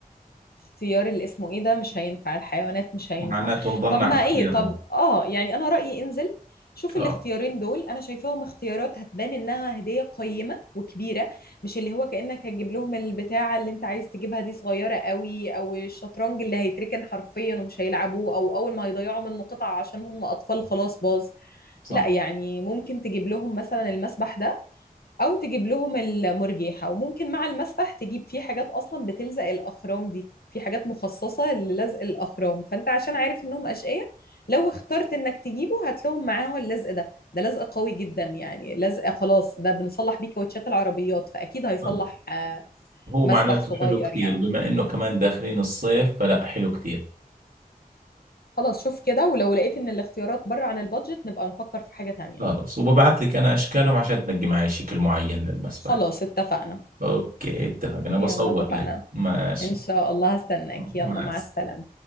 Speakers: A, on the left (about 85°); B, on the right (about 70°).
A: اختيار اللي اسمه ايه ده مش هينفع الحيوانات مش هينفع
B: معناته نضلنا
A: طب ما
B: على الخير
A: ايه طب
B: يعني
A: اه يعني انا رأيي انزل شوف
B: اه
A: الاختيارين دول انا شايفاهم اختيارات هتبان انها هدية قيمة وكبيرة مش اللي هو كأنك هتجيب لهم البتاعة اللي انت عايز تجيبها دي صغيرة قوي او الشطرنج اللي هيتركن حرفيا ومش هيلعبوه او اول ما هيضيعوا منه قطعة عشان هم اطفال خلاص باظ
B: صح
A: لا يعني ممكن تجيب لهم مثلا المسبح ده او تجيب لهم المرجيحه وممكن مع المسبح تجيب فيه حاجات اصلا بتلزق الاخرام دي في حاجات مخصصه للزق الاخرام فانت عشان عارف انهم اشقياء لو اخترت انك تجيبه هات لهم معاه اللزق ده ده لزق قوي جدا يعني لزق خلاص ده بنصلح بيه كاوتشات العربيات فاكيد هيصلح
B: آه.
A: آه،
B: هو
A: مسبح
B: معناته
A: صغير
B: حلو كثير
A: يعني
B: بما إنه كمان داخلين الصيف فلا حلو كثير
A: خلاص شوف كده ولو لقيت ان الاختيارات بره عن البادجت نبقى نفكر في حاجه تانية
B: خلاص وببعت لك انا اشكالهم عشان تنجي معي شكل معين للمسبح
A: خلاص اتفقنا
B: اوكي اتفقنا
A: يلا
B: بصور
A: اتفقنا
B: لك ماشي
A: ان شاء الله هستناك يلا
B: مع
A: مع
B: السلامة
A: السلامه